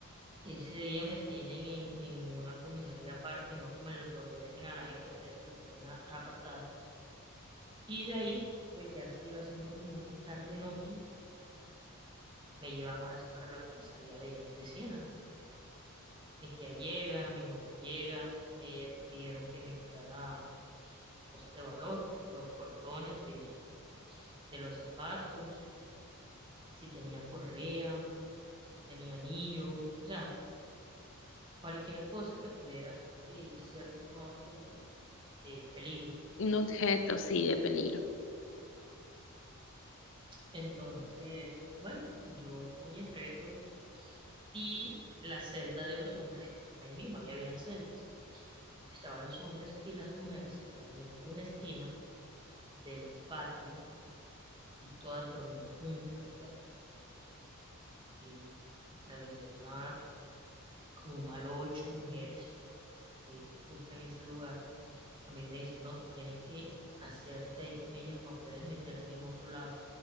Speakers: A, on the right; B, on the left.
A: ese día me tienen en, en una comisaría aparte, no como el donde meten a la gente presa, me tenían a- apartada. Y de ahí, pues ya se iba haciendo como tarde-noche, me llevan ahora sí para la comisaría de, de Ciénaga. Mi tía llega, mi mamá llega, me pidieron que me quitara cosas de valor, los cordones de, de los zapatos, si tenía correa, si tenía anillos, o sea, cualquier cosa que pudiera eh, ser tomado como eh, peligro.
B: Un objeto, sí, de peligro.
A: Entonces, bueno, yo cogí, entregué todo y la celda de los hombres estaban ahí mismo, ahí habían celdas. Estaban los hombres y las mujeres estaban en una esquina del patio y todas dormían juntas, o sea, eh, había como malo ocho mujeres eh, justo en ese lugar. A mí me dicen, no, tú tienes que hacerte ahí con ellas, no puedes meterte en otro lado,